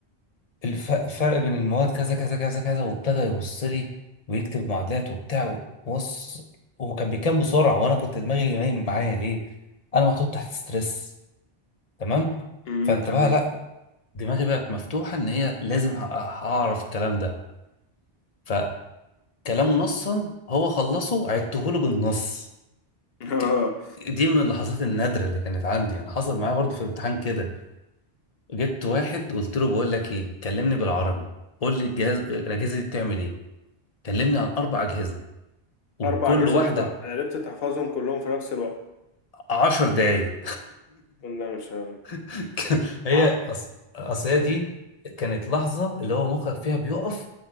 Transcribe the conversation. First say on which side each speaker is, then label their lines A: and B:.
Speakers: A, on the left; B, on the left.
A: الف- الفرق بين المواد كذا كذا كذا كذا وابتدى يرص لي ويكتب معادلات وبتاع بص هو كان بيكام بسرعه وانا كنت دماغي نايم معايا ليه انا محطوط تحت ستريس تمام
B: امم
A: فانت
B: تمام
A: بقى لا دماغي بقت مفتوحه ان هي لازم ه- هعرف الكلام ده فكلامه نصا هو خلصه عدته له بالنص
B: <laughs> اه
A: ك- دي من اللحظات النادره اللي كانت عندي انا حصل معايا برضه في امتحان كده جبت واحد قلت له بقول لك ايه كلمني بالعربي قول لي الجهاز الاجهزه دي بتعمل ايه كلمني عن اربع اجهزه وكل
B: اربع اجهزه
A: واحده
B: وانت عرفت تحفظهم كلهم في نفس الوقت
A: عشر دقايق
B: ولا مش هن-
A: <laughs> هي
B: ع...
A: أص... أصل هي دي كانت لحظه اللي هو مخك فيها بيقف